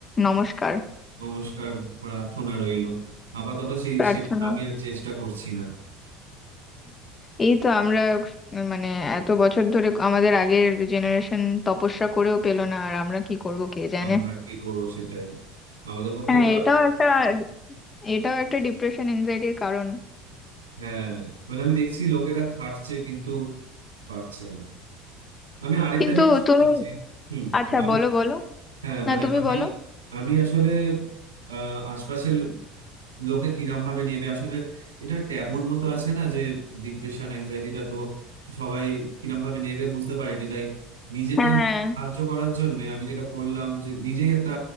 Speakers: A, on the left; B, on the right.
A: নমস্কার
B: নমস্কার প্রার্থনা রইলো আপাতত সেই
A: প্রার্থনা
B: সেটা আমি আর চেষ্টা করছি না
A: এই তো আমরা মানে এত বছর ধরে আমাদের আগের জেনারেশন তপস্যা করেও পেল না আর আমরা কি করব কে জানে
B: আমরা কি করবো সেটাই আমাদের পক্ষে
A: হ্যাঁ
B: তো
A: এটাও
B: আর
A: একটা এটাও একটা ডিপ্রেশন এনজাইটির কারণ
B: হ্যাঁ মানে আমি দেখছি লোকেরা খাটছে কিন্তু পারছে না আমি আরেকটা
A: কিন্তু
B: জিনিস শুনেছি
A: তুমি
B: হুম
A: আচ্ছা
B: বলো
A: বলো বলো
B: হ্যাঁ
A: না
B: মানে
A: তুমি
B: আমি
A: বলো
B: আমি আসলে আহ, আশপাশের লোকে কিরম ভাবে নেবে আসলে এটা ট্যাবুর মতো আছে না যে ডিপ্রেশন অ্যাংজাইটিটা তো সবাই কিরম ভাবে নেবে বুঝতে পারেনি তাই নিজেকেই
A: হ্যাঁ
B: সাহায্য করার জন্য আমি যেটা করলাম যে নিজেই একটা